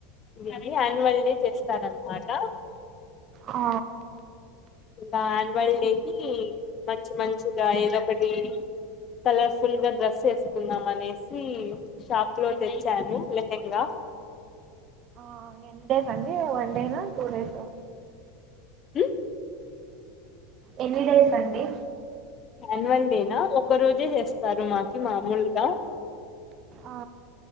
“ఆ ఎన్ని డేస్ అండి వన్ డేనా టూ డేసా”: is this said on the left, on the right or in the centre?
Right